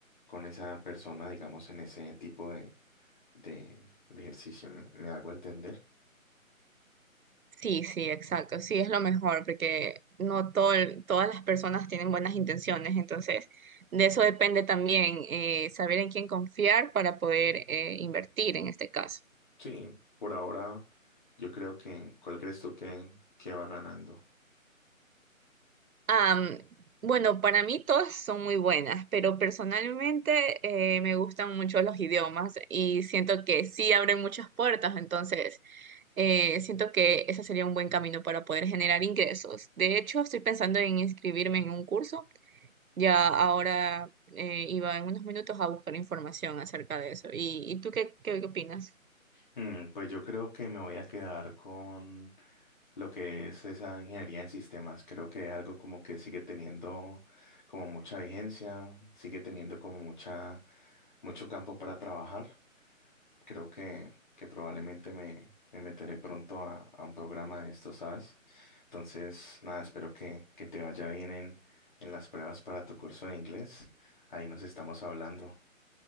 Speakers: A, on the left; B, on the right.
A: con esa persona, digamos, en ese tipo de, de, de ejercicio. ¿Me, me hago entender?
B: Sí, sí, exacto. Sí, es lo mejor porque no todo, el- todas las personas tienen buenas intenciones. Entonces, de eso depende también eh, saber en quién confiar para poder eh, invertir en este caso.
A: Sí, por ahora yo creo que, ¿cuál crees tú que, que va ganando?
B: Am, bueno, para mí todas son muy buenas, pero personalmente eh, me gustan mucho los idiomas y siento que sí abren muchas puertas, entonces eh, siento que ese sería un buen camino para poder generar ingresos. De hecho, estoy pensando en inscribirme en un curso, ya ahora eh, iba en unos minutos a buscar información acerca de eso. ¿Y, y tú qué, qué opinas?
A: Mm, pues yo creo que me voy a quedar con lo que es esa ingeniería en sistemas. Creo que es algo como que sigue teniendo como mucha vigencia, sigue teniendo como mucha, mucho campo para trabajar. Creo que, que probablemente me, me meteré pronto a, a un programa de esto, ¿sabes? Entonces, nada, espero que, que te vaya bien en, en las pruebas para tu curso de inglés. Ahí nos estamos hablando.